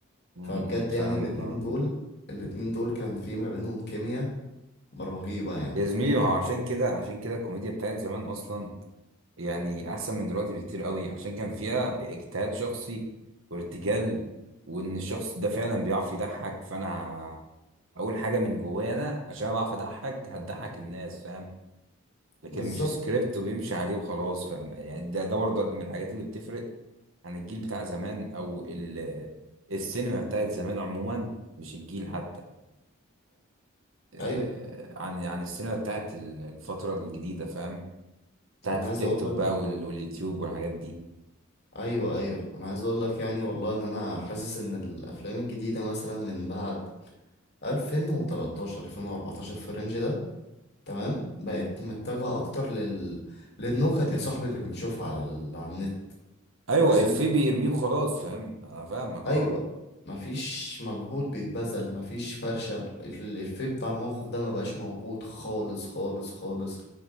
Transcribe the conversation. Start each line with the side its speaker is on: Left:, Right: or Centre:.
Right: امم
Left: فبجد
Right: فاهمك
Left: يعني الاتنين
Right: اه
Left: دول الاتنين دول كان في ما بينهم كيمياء رهيبة يعني
Right: يا زميلي ما هو عشان كده عشان كده الكوميديا بتاعت زمان اصلا يعني احسن من دلوقتي بكتير قوي عشان كان فيها اجتهاد شخصي وارتجال وان الشخص ده فعلا بيعرف يضحك فانا اول حاجه من جوايا انا عشان بعرف اضحك هتضحك الناس فاهم لكن
Left: بالظبط
Right: مش سكريبت وبيمشي عليه وخلاص فاهم يعني ده ده برضه من الحاجات اللي بتفرق عن الجيل بتاع زمان او ال السينما بتاعت زمان عموما مش الجيل حتى آه،
Left: ايوه
Right: عن عن السينما بتاعت ال- الفتره الجديده فاهم بتاعت
Left: انا عايز
Right: التيك
Left: اقول
Right: توك
Left: لك
Right: بقى وال- واليوتيوب والحاجات دي
Left: ايوه ايوه انا عايز اقول لك يعني والله ان انا حاسس ان الافلام الجديدة مثلا من بعد 2013 2014 في الرينج ده تمام بقت متجهة أكتر لل... للنكت يا صاحبي اللي بنشوفها على ال... على النت
Right: ايوه
Left: فاهم
Right: افيه بيرميه وخلاص فاهم انا فاهمك
Left: أيوة
Right: اه
Left: مفيش مجهود بيتبذل مفيش فرشة الإفيه بتاع الموقف ده مبقاش موجود خالص خالص خالص